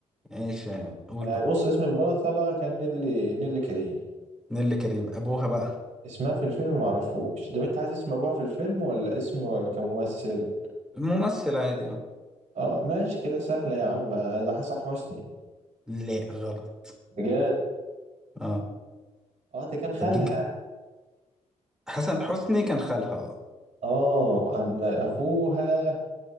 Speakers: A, in the centre; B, on the right.
A: ايش قول
B: آه
A: بقى
B: بص اسم البطلة كان نيلي نيلي كريم
A: نيللي كريم ابوها بقى
B: اسمها في الفيلم معرفوش ده انت عايز اسم ابوها في الفيلم ولا اسم كممثل
A: ممثل عادي اه
B: اه ماشي كده سهلة يا عم ده حسن حسني
A: لا غلط
B: بجد
A: اه
B: اه ده كان خالها
A: اديك حسن حسني كان خالها اه
B: اه اما ابوها